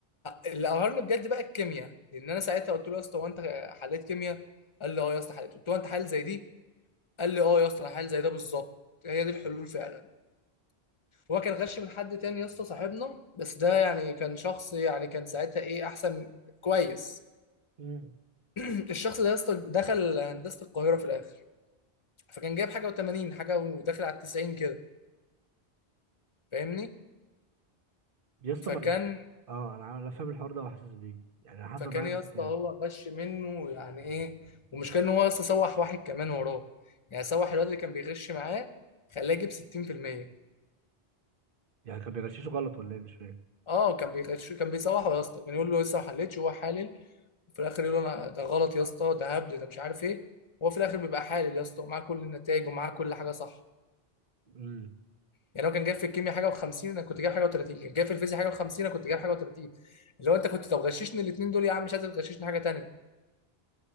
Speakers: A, on the left; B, on the right.
A: اللي قهرني بجد بقى الكيمياء لان انا ساعتها قلت له يا اسطى هو انت حليت كيمياء قال لي اه يا اسطى حليت قلت له هو انت حل زي دي قال لي اه يا اسطى الحل زي ده بالظبط هي دي الحلول فعلا هو كان غش من حد تاني يا اسطى صاحبنا بس ده يعني كان شخص يعني كان ساعتها ايه احسن كويس
B: مم.
A: <clears throat> الشخص ده يا اسطى دخل هندسه القاهره في الاخر فكان جايب حاجه و80 حاجه وداخل على 90 كده فاهمني
B: يا اسطى
A: فكان
B: ما الح- اه انا انا فاهم الحوار ده وحاسس بيه يعني أنا حصل
A: فكان
B: معايا
A: يا
B: نفس
A: اسطى
B: الكلام
A: هو غش منه يعني ايه ومشكلة ان هو يا اسطى سوح واحد كمان وراه يعني سوح الواد اللي كان بيغش معاه خلاه يجيب 60%
B: يعني كان بيغششه غلط ولا ايه مش فاهم
A: اه كان بيغش كان بيسوحه يا اسطى كان يقول له لسه ما حلتش وهو حالل وفي الاخر يقول له انا ده غلط يا اسطى ده هبد ده مش عارف ايه وهو في الاخر بيبقى حالل يا اسطى ومعاه كل النتائج ومعاه كل حاجه صح
B: امم
A: يعني هو كان جايب في الكيمياء حاجه و50 انا كنت جايب حاجه و30 كان جايب في الفيزياء حاجه و50 انا كنت جايب حاجه و30 اللي هو انت كنت لو غششني الاثنين دول يا عم مش عايز تغششني حاجه تانيه